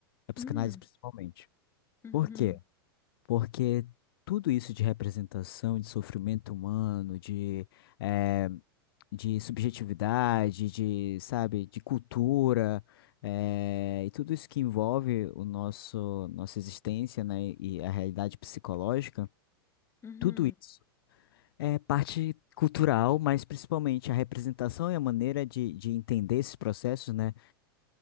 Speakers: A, on the left; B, on the left.
A: a psicanálise
B: uhum,
A: principalmente.
B: uhum,
A: Por quê? Porque tudo isso de representação, de sofrimento humano, de é, de subjetividade, de, sabe, de cultura, eh, e tudo isso que envolve o nosso, nossa existência, né, e a realidade psicológica,
B: uhum.
A: tudo isso é parte cultural, mas principalmente a representação e a maneira de, de entender esses processos, né?